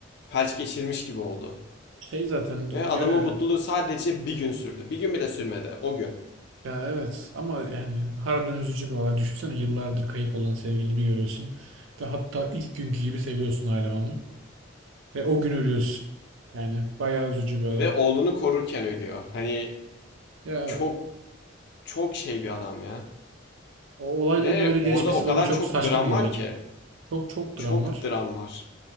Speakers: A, on the left; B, on the right.
A: felç geçirmiş gibi oldu.
B: Şey zaten di-
A: Ve adamın
B: diyor ya,
A: mutluluğu sadece bir gün sürdü. Bir gün bile sürmedi o gün.
B: ya evet ama yani harbiden üzücü bir olay. Düşünsene yıllardır kayıp olan sevgilini bir görüyorsun. Ve hatta ilk günkü gibi seviyorsun hala onu. Ve o gün ölüyorsun. Yani bayağı üzücü bir olay.
A: Ve oğlunu korurken ölüyor. Hani
B: Ya
A: çok çok şey bir adam ya.
B: o olayların
A: Ve
B: öyle gelişmesi
A: orada o kadar
B: bana çok
A: çok
B: saçma
A: dram
B: geliyordu.
A: var ki.
B: Çok çok
A: Çok
B: dram var.
A: dram var.